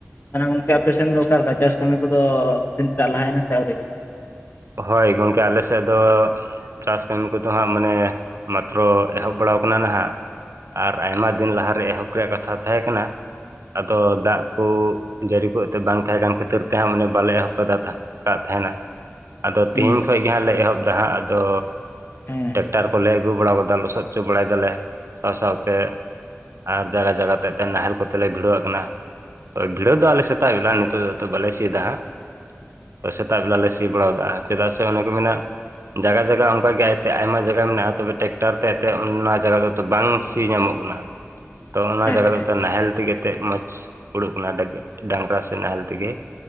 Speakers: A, on the left; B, on the right.
A: ᱛᱟᱞᱦᱮ ᱜᱚᱝᱠᱮ ᱟᱯᱮᱥᱱ ᱫᱚ ᱚᱠᱟᱞᱮᱠᱟ ᱪᱟᱥ ᱠᱟᱹᱢᱤ ᱠᱚᱫᱚ ᱛᱤᱱᱟᱹᱜ ᱴᱟ ᱞᱟᱦᱟᱭᱮᱱᱟ ᱥᱮ ᱟᱹᱣᱨᱤ?
B: ᱦᱳᱭ ᱜᱚᱢᱠᱮ ᱟᱞᱮ ᱥᱮᱫ ᱫᱚ ᱪᱟᱥ ᱠᱟᱹᱢᱤ ᱠᱚᱫᱚ ᱦᱟᱸᱜ ᱢᱟᱱᱮ ᱢᱟᱛᱨᱚ ᱮᱦᱚᱵ ᱵᱟᱲᱟᱟᱣ ᱠᱟᱱᱟ ᱱᱟᱦᱟᱸᱜ, ᱟᱨ ᱟᱭᱢᱟ ᱫᱤᱱ ᱞᱟᱦᱟᱨᱮ ᱮᱦᱚᱵ ᱨᱮᱭᱟᱜ ᱠᱟᱛᱷᱟ ᱛᱟᱦᱮᱸ ᱠᱟᱱᱟ, ᱟᱫᱚ ᱫᱟᱜ ᱠᱚ ᱡᱟᱹᱲᱤ ᱠᱚ ᱮᱱᱛᱮᱫ ᱵᱟᱝ ᱛᱟᱦᱮᱸ ᱠᱟᱱ ᱠᱷᱟᱹᱛᱤᱨ ᱛᱮᱦᱟᱸᱜ ᱚᱱᱮ ᱵᱟᱞᱮ ᱮᱦᱚᱵ ᱠᱟᱫᱟ ᱛᱷᱟ ᱠᱟᱜ ᱛᱟᱦᱮᱱᱟ, ᱟᱫᱚ ᱛᱮᱦᱮᱧ
A: ᱦᱩᱸ
B: ᱠᱷᱚᱡ ᱜᱮ ᱦᱟᱸᱜ ᱞᱮ ᱮᱦᱚᱵ ᱫᱟ ᱦᱟᱸᱜ ᱟᱫᱚ
A: ᱦᱮᱸ
B: ᱴᱮᱠᱴᱟᱨ ᱠᱚᱞᱮ ᱟᱹᱜᱩ ᱵᱟᱲᱟ ᱟᱠᱟᱫᱟ ᱞᱚᱥᱚᱫ ᱦᱚᱪᱚ ᱵᱟᱲᱟᱭ ᱫᱟᱞᱮ ᱥᱟᱶ ᱥᱟᱶᱛᱮ ᱟᱨ ᱡᱟᱭᱜᱟ ᱡᱟᱭᱜᱟ ᱛᱮ ᱛᱮ ᱱᱟᱦᱮᱞ ᱠᱚ ᱛᱮᱞᱮ ᱵᱷᱤᱲᱟᱹᱣ ᱟᱜ ᱠᱟᱱᱟ, ᱵᱷᱤᱲᱟᱹ ᱫᱚ ᱟᱞᱮ ᱥᱮᱛᱟᱜ ᱵᱮᱞᱟ ᱱᱤᱛᱚᱜ ᱫᱚ ᱵᱟᱞᱮ ᱥᱤᱭ ᱫᱟ ᱦᱟᱸᱜ ᱛᱚ ᱥᱮᱛᱟᱜ ᱵᱮᱞᱟ ᱞᱮ ᱥᱤ ᱵᱟᱲᱟᱣ ᱠᱟ ᱪᱮᱫᱟᱜ ᱥᱮ ᱚᱱᱮ ᱠᱚ ᱢᱮᱱᱟ ᱡᱟᱜᱟ ᱡᱟᱜᱟ ᱚᱱᱠᱟᱜ ᱜᱮᱛᱮ ᱟᱭᱢᱟ ᱡᱟᱜᱟ ᱢᱮᱱᱟᱜ-ᱟ ᱛᱚᱵᱮ ᱴᱮᱠᱴᱟᱨ ᱛᱮ ᱛᱮ ᱱᱚᱣᱟ ᱡᱟᱜᱟ ᱫᱚ ᱵᱟᱝ ᱥᱤ ᱧᱟᱢᱚᱜ ᱠᱟᱱᱟ ᱛᱚ ᱚᱱᱟ
A: ᱟᱪᱪᱷᱟ
B: ᱡᱟᱜᱟ ᱫᱚ ᱱᱟᱦᱮᱞ ᱛᱮᱜᱮ ᱛᱮᱫ ᱢᱚᱡᱽ ᱩᱲᱩᱜ ᱠᱟᱱᱟ ᱰᱟᱝᱨᱟ ᱥᱮ ᱱᱟᱦᱮᱞ ᱛᱮᱜᱮ